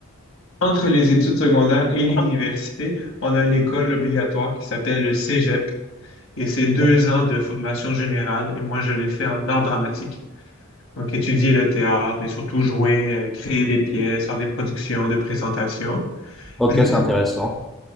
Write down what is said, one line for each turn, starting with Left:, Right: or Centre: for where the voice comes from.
Left: Entre les études secondaires et l'université, on a une école obligatoire qui s'appelle le Cégep et c'est deux
Centre: Ouais.
Left: ans de formation générale. Et moi, je l'ai fait en art dramatique. Donc, étudier le théâtre, mais surtout jouer, euh, créer des pièces, faire des productions, des présentations.
Centre: Ok,
Left: Je-
Centre: c'est
Left: je-
Centre: intéressant.